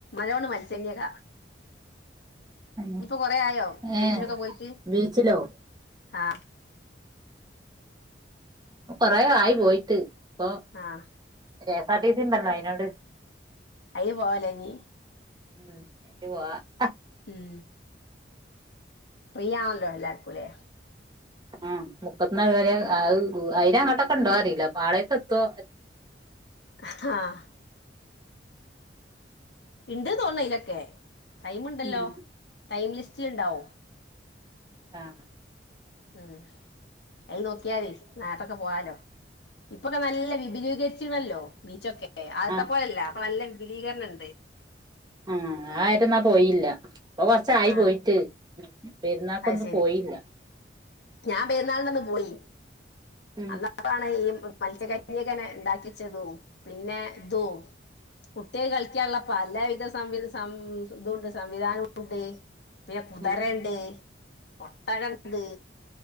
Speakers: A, on the left; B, on the right.
A: മത്സ്യ കന്നിക
B: അങ്ങനെ
A: ഇപ്പൊ കൊറ ആയോ ബീച്ചിലൊക്കെ
B: ഏഹ്
A: പോയിട്ട്
B: ബീച്ചിലോ
A: ആഹ്
B: കൊറേ ആയി പോയിട്ട് ഇപ്പൊ
A: ആഹ്
B: കെഎസ് ആർ ടി സി ഉണ്ടല്ലോ അതിനോട്
A: അയിൽ പോവാലനി
B: <unintelligible>
A: ഉം ഫ്രിയാണല്ലോ അല്ലാർക്കും അല്ലേ
B: ആ മുക്കത്തിന് കേറിയാൽ അയിന് അങ്ങോട്ടൊക്കെ ഉണ്ടോ എന്ന്അറിയില്ല പാളയത്ത് എത്തോ
A: ആഹ് ഇണ്ട് തോന്നുന്നു ഇതൊക്കെ ടൈമ് ഉണ്ടല്ലോ
B: ഉം
A: ടൈം ലിസ്റ്റിൽ ഉണ്ടാവോ
B: ആഹ്
A: ഉം അത് നോക്കിയാതി നേരത്തെ പോവാലോ ഇപ്പൊനല്ല വിപരീത <unintelligible>
B: ആഹ് ആഹ് ആ ഏര്യ എന്നാ പോയില്ല ഇപ്പൊ കൊറച്ച് ആയി
A: ആഹ്
B: പോയിട്ട് പെരുന്നാക്കൊന്നും
A: അത് ശരി
B: പോയില്ല
A: ഞാൻ പൊരുന്നാളിൻ്റെ അന്ന് ഒന്ന് പോയി
B: ഉം
A: അന്നപ്പഴാണ് ഈ മത്സ്യ കന്യകനെ ഉണ്ടാക്കിച്ചതും പിന്നെ ഇതും കുട്ടികൾക്ക് കളിക്കാനുള്ള പല വിധ സംവി സംവി സം ഉണ്ട് സംവിധാനം ഉണ്ട് പിന്നെ കുതിര
B: ഉം
A: ഉണ്ട് ഒട്ടക ഇണ്ട്